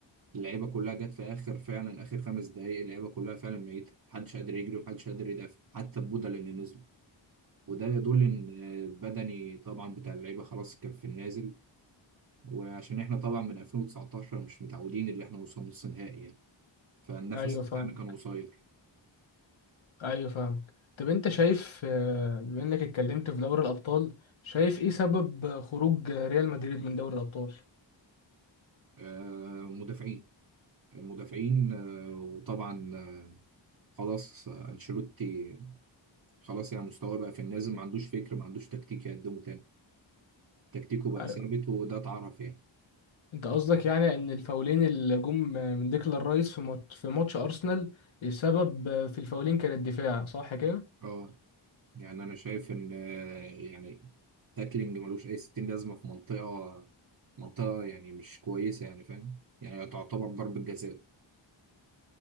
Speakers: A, on the right; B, on the left.
A: اللعيبه كلها جت في اخر فعلا اخر خمس دقائق اللعيبه كلها فعلا ميته محدش قادر يجري ومحدش قادر يدافع حتى البدل اللي نزلوا وده يدل ان بدني طبعا بتاع اللعيبه خلاص كان في النازل وعشان احنا طبعا من 2019 مش متعودين اللي احنا نوصل نص نهائي يعني فالنفس
B: ايوه
A: بتاعنا
B: فاهم
A: كان قصير
B: ايوه فاهم طب انت شايف آه، بما انك اتكلمت في دوري الابطال شايف ايه سبب خروج ريال مدريد من دوري الابطال
A: آه، مدافعين المدافعين آه، وطبعا آه، خلاص آه، انشيلوتي خلاص يعني مستواه بقى في النازل ما عندوش فكر ما عندوش تكتيك يقدمه تاني تكتيكه بقى
B: أيوة.
A: ثابت وده اتعرف يعني
B: انت قصدك يعني ان الفاولين اللي جم من ديكلان رايس في مات- في ماتش ارسنال السبب في الفاولين كان الدفاع صح كده
A: اه يعني انا شايف ان آه، يعني تاكلينج ملوش اي ستين لازمه في منطقه منطقه يعني مش كويسه يعني فاهم يعني تعتبر ضربه جزاء